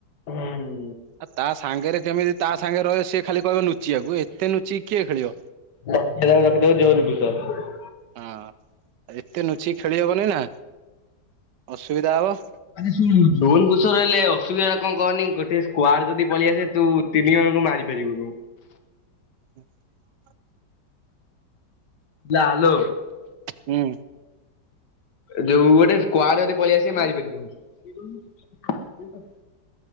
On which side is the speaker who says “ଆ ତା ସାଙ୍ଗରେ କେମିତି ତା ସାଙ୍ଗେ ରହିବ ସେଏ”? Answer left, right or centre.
Right